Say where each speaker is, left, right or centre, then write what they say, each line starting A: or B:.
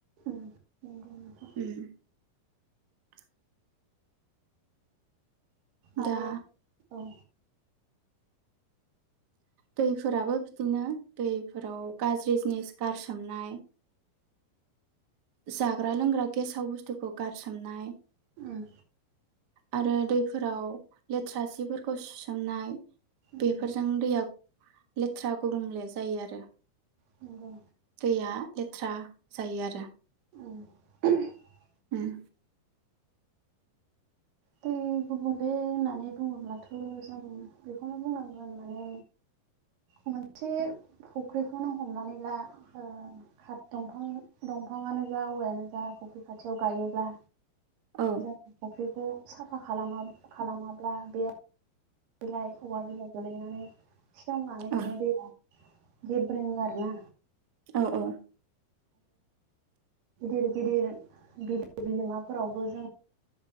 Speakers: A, on the right; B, on the right.
A: ओम नंगौ नोंथां
B: उम <inaudible>
A: आरो
B: दा
A: औ
B: दैफोराबो बिदिनो दैफोराव गाज्रि जिनिस गारसोमनाय जाग्रा लोंग्रा गेसाव बुस्थुखौ गारसोमनाय
A: ओम
B: आरो दैफोराव लेथ्रा सिफोरखौ सुसोमनाय
A: उम
B: बेफोरजों दैया लेथ्रा गुबुंले जायो आरो
A: नोंगौ
B: दैया लेथ्रा जायो आरो
A: <unintelligible>
B: उम
A: दै गुबुंले होननानै बुङोब्लाथ' जों बेखौनो बुंनांगोन माने मोनसे फुख्रिखौनो हमनानै ला ओ खाथ दंफां दंफाङानो जा औवायानो जा फुख्रि खाथियाव गायोब्ला
B: औ
A: जा फख्रि साफा खालामा खालामाब्ला बेयो बिलाइ औवा बिलाइ गोलैनानै सेवनानै
B: औ
A: माने दैया बिब <unintelligible> आरो
B: औ
A: गिदिर गिदिर बिलो बिलोमाफोरावबो जों